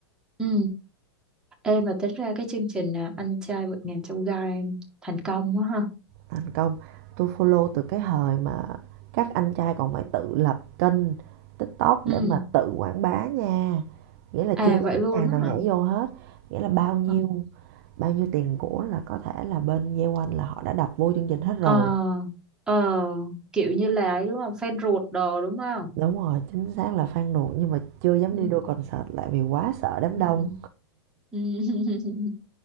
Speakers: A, in the centre; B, on the right (about 35°).
A: ừ Ê mà tính ra cái chương trình à, anh trai vượt ngàn chông gai thành công quá ha
B: Thành công, tôi follow từ cái thời mà các anh trai còn phải tự lập kênh TikTok
A: ừ
B: để mà tự quảng bá nha, nghĩa là
A: à
B: chưa
A: vậy
B: có những
A: luôn
B: hàng
A: á
B: nào nhảy
A: hả
B: vô hết, nghĩa là bao nhiêu
A: ờ
B: bao nhiêu tiền của là có thể là bên Yeowon là họ đã đập vô chương trình hết rồi.
A: ờ ờ, kiểu như là ấy đúng không fan ruột đồ đúng không
B: Đúng rồi, chính xác là Phan Đuổi nhưng mà chưa dám
A: ừ
B: đi đôi concert lại vì quá sợ đám
A: ừ
B: đông,
A: ừ <laughs>